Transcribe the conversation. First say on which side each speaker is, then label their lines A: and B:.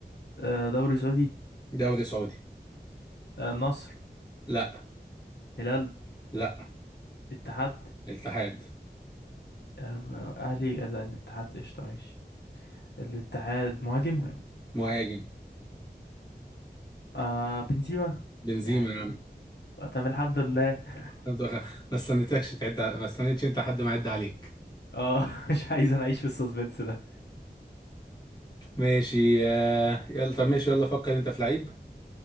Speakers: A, on the left; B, on the left.
A: آه دوري سعودي
B: دوري سعودي
A: آه نصر
B: لا
A: هلال
B: لا
A: اتحاد
B: الاتحاد
A: آه أهلي لا، الاتحاد قشطة ماشي الاتحاد مهاجم
B: مهاجم
A: آه بنزيما
B: بنزيما
A: يعني
B: يا عم
A: طب الحمد لله <laughs>
B: عبد الغ- ما استنيتكش تعد ع- ما استنيتش انت حد ما يعد عليك
A: اه مش عايز انا اعيش في السسبنس ده
B: ماشي آه، يلا طب ماشي يلا فكر انت في لعيب